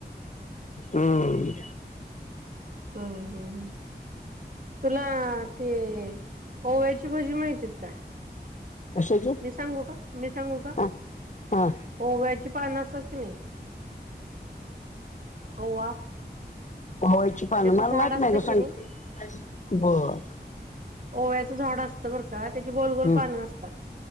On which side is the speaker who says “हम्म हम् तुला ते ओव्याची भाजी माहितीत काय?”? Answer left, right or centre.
Right